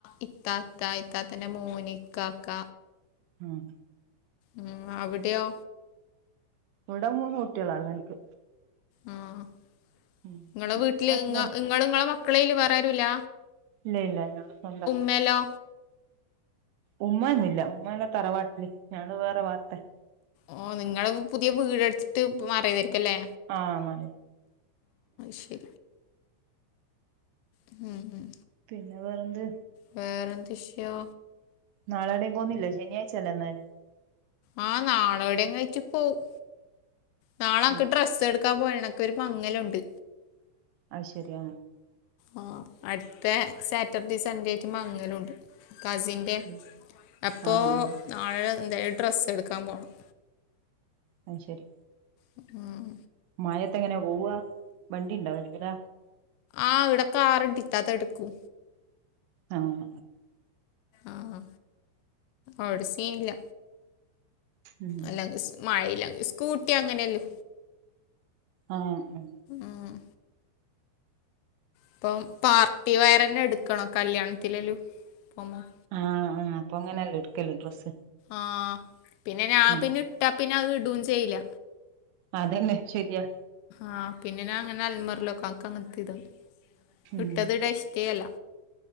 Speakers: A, on the left; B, on the right.
A: ഇത്താത്ത ഇത്താത്തന്റെ മോനി ഇക്കാക്ക
B: ഉം
A: ഉം അവിടെയോ
B: ഇവിടെ മൂന്ന് കുട്ടാള ഇള്ള എനിക്ക്
A: ആഹ്
B: ഉം
A: ഇങ്ങളെ
B: പിന്നെ
A: വീട്ടില്ങ്
B: ഹസ്ബൻഡ്
A: ഇങ്ങ ഇങ്ങളെ മക്കളയില് വേറെ ആരുല്ല
B: ഇല്ല ഇല്ല ഞളെ സ്വന്തം
A: മലോ
B: ഉമാന്നില്ല ഉമ്മല്ല തറവാട്ടില് ഞാള് വേറെ പാർത്ത
A: ഓ നിങ്ങ പുതിയ വീട്ടുത്തിട്ട് മറിയതായിരിക്കല്ലേ
B: ആഹ മാ
A: ശരി ഉം ഉം
B: പിന്നെ വേറെന്ത്
A: വേറെന്ത്ഷ്യോ
B: നാളാടേയും പോകുന്നില്ല ശനിയാഴ്ച അല്ല എന്നാല്
A: ആഹ് നാളെോവിടെയും കഴിച്ചി പോവും നാളനിക്ക്
B: ഉം
A: ഡ്രസ്സ് എടുക്കാൻ പോയണൊക്കെ ഒരു മങ്ങലുണ്ട്
B: അയ് ശരിയ
A: ആഹ് അടുത്ത സാറ്റർഡേ സൺഡേ ആയിട്ട് മങ്ങലുണ്ട് കസിൻ അല്ലേ
B: ഉം
A: അപ്പോൾ
B: ആഹ്
A: നാളെ എന്തായാലും ഡ്രസ്സ് എടുക്കാൻ പോകണം
B: ആഹ് ശരി
A: ഉം ഉം
B: മായത്തെ എങ്ങനെ പോവ വണ്ടി ഉണ്ടാവായിരിക്കില്ല
A: ആഹ് ഇവിടെ കാറണ്ട് ഇത്താത്ത എടുക്കും
B: ആഹ
A: ആഹ അവടെ സീൻ ഇല്ല
B: ഉം
A: അല്ലാംങ്ക മഴയില സ്കൂട്ടി അങ്ങനെയല്ലോ
B: ആഹ്‌ ഉം
A: ഉം. പ്പം പാർട്ടി വെയറന്നെ എടുക്കണം കല്യാണത്തിലെല്ലും പോവുമ്പം
B: ആഹ് ആഹ്‌ പ്പങ്ങനെല്ലേട്ക്കൽ ഡ്രസ്സ്
A: ആഹ്‌ പിന്നെ ഞാപിന്നെ
B: ഉം
A: ഇട്ടാ പിന്നെ അഹ്‌ ഇടൊന്നും ചെയ്യൂല
B: അതന്നെ ശരിയാ
A: ആഹ് പിന്നെ ഞങ്ങനെ അൽമാരി വെക്കും അങ്ങൻത്തതാണ്
B: ഉം
A: ഇട്ടത് ഇടാ ഇഷ്ടേ അല്ല